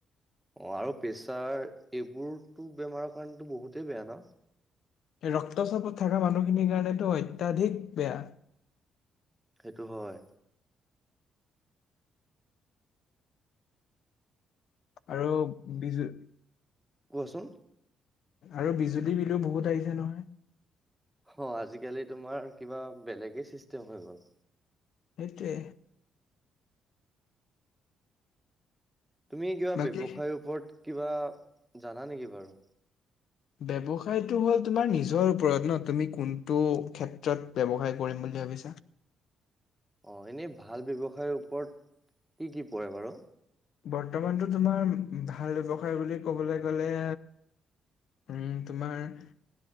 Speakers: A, in the centre; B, on the left (about 70°).
A: অ আৰু প্ৰেচাৰ এইবোৰতো বেমাৰৰ কাৰণতো বহুতেই বেয়া ন?
B: ৰক্তচাপত থাকা মানুহখিনিৰ কাৰণেটো অত্যাধিক বেয়া।
A: সেইটো হয়।
B: আৰু বিজো
A: কোৱাচোন
B: আৰু বিজুলী বিলো বহুত আহিছে নহয়।
A: অ' আজিকালি তোমাৰ কিবা বেলেগে চিষ্টেম হৈ গ'ল।
B: সেইটোৱে!
A: তুমি কিবা
B: বাকী
A: ব্যৱসায়ৰ ওপৰত কিবা জানা নেকি বাৰু?
B: ব্যৱসায়টো হ'ল তোমাৰ নিজৰ ওপৰত ন, তুমি কোনটো ক্ষেত্ৰত ব্যৱসায় কৰিম বুলি ভাবিছা?
A: অ' এনেই ভাল ব্যৱসায়ৰ ওপৰত কি কি পৰে বাৰু?
B: বৰ্তমানতো তোমাৰ ভাল ব্যৱসায় বুলি কবলৈ গলে উম তোমাৰ ভাল